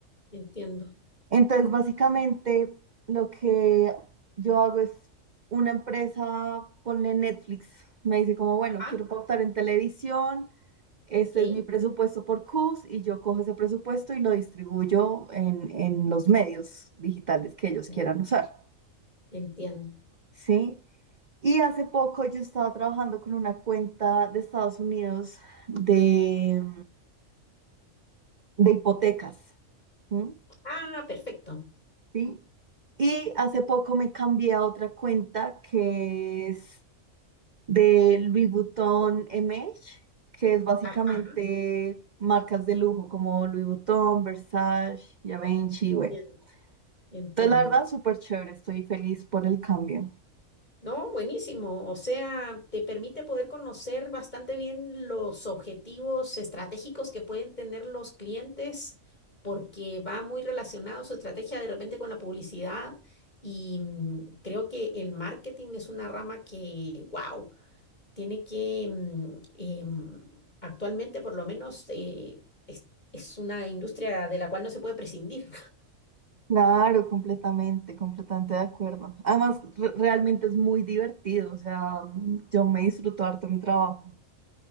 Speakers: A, on the left; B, on the right.
A: entiendo.
B: Entonces, básicamente lo que yo hago es una empresa, ponle Netflix, me dice como, bueno,
A: Ajá,
B: quiero pautar en televisión este
A: ok.
B: es mi presupuesto por CUS y yo cojo ese presupuesto y lo distribuyo en, en los medios digitales que ellos
A: Entiendo.
B: quieran usar,
A: Entiendo.
B: ¿sí? Y hace poco yo estaba trabajando con una cuenta de Estados Unidos de, de hipotecas, ¿m?
A: Ah, perfecto.
B: ¿sí? Y hace poco me cambié a otra cuenta que es de Louis Vuitton MH, que es básicamente
A: Ajá,
B: marcas de lujo como Louis Vuitton, Versace, Givenchy, bueno.
A: entiendo, entiendo.
B: Entonces, la verdad, súper chévere, estoy feliz por el cambio.
A: No, buenísimo. O sea, te permite poder conocer bastante bien los objetivos estratégicos que pueden tener los clientes, porque va muy relacionado su estrategia de repente con la publicidad. Y mm, creo que el marketing es una rama que, wow, tiene que, mm, em, actualmente por lo menos, eh, es, es una industria de la cual no se puede prescindir.
B: Claro, completamente, completamente de acuerdo. Además, re- realmente es muy divertido, o sea, yo me disfruto harto mi trabajo.